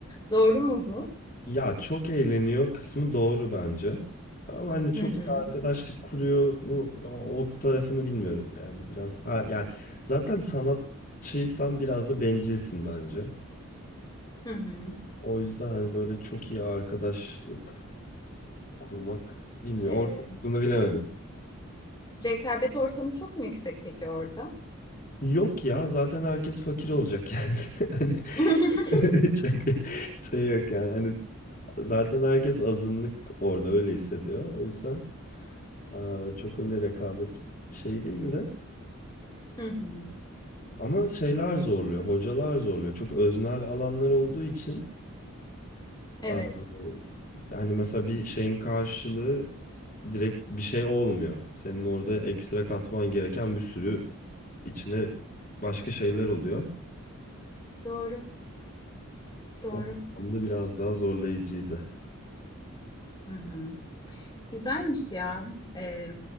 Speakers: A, on the left (about 20°); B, on the left (about 40°).
A: Doğru mu bu?
B: Ya çok eğleniyor kısmı doğru bence. Ama hani çok
A: Hı hı.
B: iyi arkadaşlık kuruyor mu o, o tarafını bilmiyorum yani biraz. Ha yani zaten sanatçıysan biraz da bencilsin bence.
A: Hı hı.
B: O yüzden hani böyle çok iyi arkadaşlık kurmak bilmiyorum.
A: E,
B: O kısmını bilemedim.
A: rekabet ortamı çok mu yüksek peki orada?
B: Yok ya zaten herkes fakir olacak yani. <laughs>
A: <laughs>
B: Hani <laughs> çok şey yok yani. Hani Zaten herkes azınlık orada öyle hissediyor. O yüzden eee, çok öyle rekabet şey değil de
A: Hı hı.
B: ama şeyler zorluyor, hocalar zorluyor. Çok öznel alanlar olduğu için
A: Evet,
B: eee, hani mesela bir şeyin karşılığı direkt bir şey olmuyor. Senin orada ekstra katman gereken bir sürü içine başka şeyler oluyor.
A: doğru. Doğru.
B: O anlamda biraz daha zorlayıcıydı.
A: Hı hı. Güzelmiş ya. Ee,